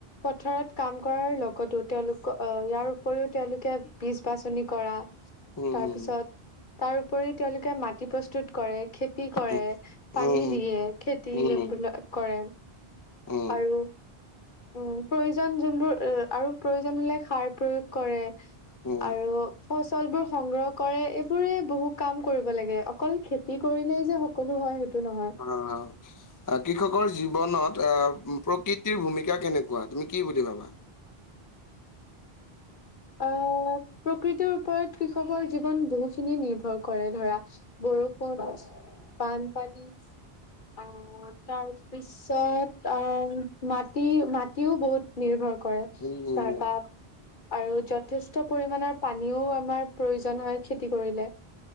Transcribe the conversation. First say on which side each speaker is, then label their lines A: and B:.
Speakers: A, on the left; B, on the left.
A: পথাৰত কাম কৰাৰ লগত, কতো তেওঁলোকৰ ইয়াৰ উপৰিও তেওঁলোকে বীজ বাছনি কৰা,
B: উম,
A: তাৰ পিছত তাৰ উপৰি তেওঁলোকে মাটি প্ৰস্তুত কৰে, খেতি কৰে,
B: উম,
A: পানী
B: উম,
A: দিয়ে, খেতি
B: উম, উম,
A: যোনবিলাক কৰে।
B: উম,
A: আৰু উম প্ৰয়োজন যোনবোৰ এ - আৰু প্ৰয়োজন হলে সাৰ প্ৰয়োগ কৰে।
B: উম,
A: আৰু ফচলবোৰ সংগ্ৰহ কৰে। এইবোৰে বহু কাম কৰিব লাগে, অকল খেতি কৰিলেই যে সকলো হয়। নহয়
B: অ অ। কৃষকৰ জীৱনত আহ প্ৰকৃতিৰ ভূমিকা কেনেকুৱা। তুমি কি বুলি ভাবা?
A: <inaudible> অহ। প্ৰকৃতিটোৰ ওপৰত কৃষকৰ জীৱন বহু খিনি নিৰ্ভৰ কৰে। ধৰা বৰষুণ, বান পানী, অ তাৰ পিছত অ মাটি মাটিও বহুত নিৰ্ভৰ কৰে।
B: উম,
A: তাৰপা আৰু যথেষ্ট পৰিমানৰ পানীও আমাৰ প্ৰয়োজন হয় খেতি কৰিলে।